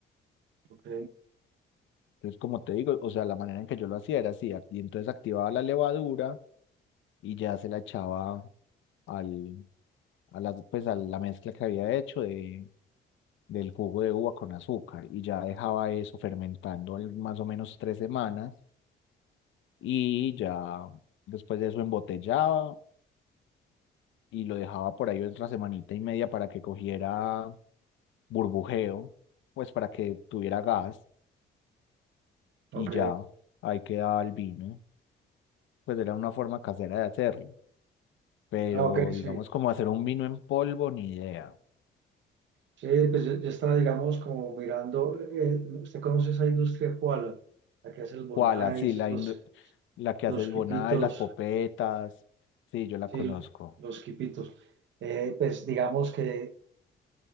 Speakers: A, on the right; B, on the left.
A: ok,
B: Entonces, como te digo, o sea, la manera en que yo lo hacía era así, ac- y entonces activaba la levadura. y ya se la echaba al, a la, pues a la mezcla que había hecho de, del jugo de uva con azúcar y ya dejaba eso fermentando al- más o menos tres semanas y ya después de eso embotellaba y lo dejaba por ahí otra semanita y media para que cogiera burbujeo, pues para que tuviera gas y
A: ok,
B: ya ahí quedaba el vino. Pues era una forma casera de hacerlo, pero
A: ah, ok,
B: digamos
A: sí.
B: como hacer un vino en polvo, ni idea.
A: Sí, pues yo, yo estaba, digamos, como mirando, eh, ¿usted conoce esa industria koala? La que hace los bonais,
B: ¿Cuál? Así, la,
A: los,
B: indu- la que hace
A: los
B: el
A: quipitos,
B: Bonai, las popetas. Sí, yo la
A: sí,
B: conozco. O
A: los quipitos. Eh, pues digamos que